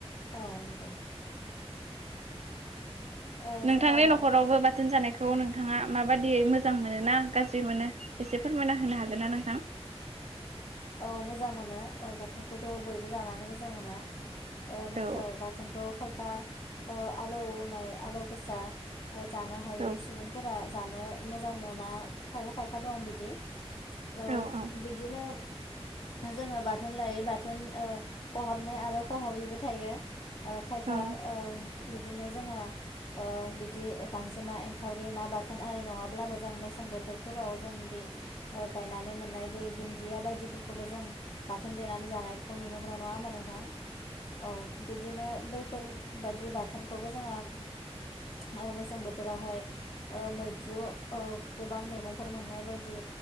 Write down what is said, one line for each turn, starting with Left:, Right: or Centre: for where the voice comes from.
Left: औ नंगौ ओ
Right: नोंथांनि
Left: जोङो
Right: न'खरावबो बाथोन जानायखौ। खौ नोंथांङा माबादि मोजां मोनो ना गाज्रि मोनो एसे फोरमायना होनो हागोन ना नोंथां। <inaudible>
Left: औ मोजां मोनो औ बाथोनखौथ बयबो जानानै मोजां मोनो। ओ नाथाय
Right: औ
Left: बाथोनखौ खायफा ओ आलौनाय आलौ गोसा। ओ जानो हायि
Right: औ
Left: सुबुंफोरा जानो मोजां मोना खायफा खायफा दं बिदि। ओ
Right: औ
Left: बिदिनो। ओ जोंङो बाथोन लायै बाथोन ओ खहाबनाय आरो खहाबैबो थायो। ओ खायफा
Right: औ
Left: ओ। बिदिनो जोंङो ओ बिदि गांजेमा एंखावरि ना बाथोन आरि नंङाब्लाबो जों मेस। सें बोथोरफोराव जोंदि ओ गायनानै मोननाय बै दुन्दिया बायदि। दिफोरखौबो जों बाथोन देनानै जानायखौ नुनो मोना नंङा ओमबा नोंथां। औ बिदिनो बैफोरबादि बाथोनखौबो जोंङो।
Right: <inaudible>
Left: औ मेसें बोथोरावहाय ओ मैद्रु ओ गोबां मैगंफोर मोननाय बायदि।